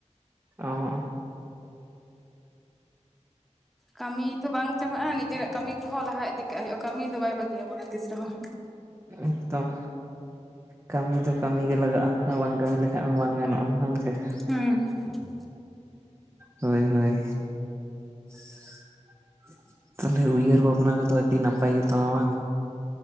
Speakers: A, on the right; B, in the centre.
A: ᱚ
B: ᱠᱟᱹᱢᱤ ᱛᱚ ᱵᱟᱝ ᱪᱟᱵᱟᱜᱼᱟ, ᱱᱤᱡᱮᱨᱟᱜ ᱠᱟᱹᱢᱤ ᱠᱚᱦᱚᱸ ᱞᱟᱦᱟ ᱤᱫᱤ ᱠᱟᱜ ᱦᱩᱭᱩᱜᱼᱟ, ᱠᱟᱹᱢᱤ ᱫᱚ ᱵᱟᱭ ᱵᱟᱹᱜᱤᱭᱟᱵᱚᱱᱟ ᱛᱤᱥ ᱨᱮᱦᱚᱸ ᱾
A: ᱮᱠᱫᱚᱢ, ᱠᱟᱹᱢᱤ ᱫᱚ ᱠᱟᱹᱢᱤ ᱜᱮ ᱞᱟᱜᱟᱜᱼᱟ ᱾ ᱵᱟᱝ ᱠᱟᱹᱢᱤ ᱞᱮᱠᱷᱟᱡ ᱦᱚᱸ ᱵᱟᱝ ᱜᱟᱱᱚᱜᱼᱟ ᱾
B: ᱦᱩᱸ ᱾
A: ᱦᱳᱭ ᱦᱳᱭ ᱾ ᱛᱟᱦᱚᱞᱮ ᱩᱭᱦᱟᱹᱨ ᱵᱷᱟᱵᱽᱱᱟ ᱠᱚᱫᱚ ᱟᱹᱰᱤ ᱱᱟᱯᱟᱭ ᱜᱮ ᱛᱟᱢᱟ ᱵᱟᱝ?